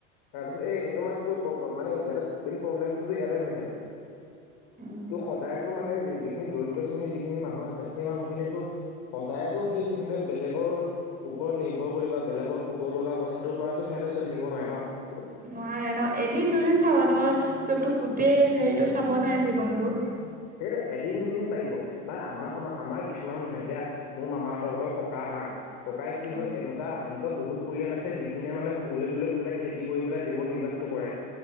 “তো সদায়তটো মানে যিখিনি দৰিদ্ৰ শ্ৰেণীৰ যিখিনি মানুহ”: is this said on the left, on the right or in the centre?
Left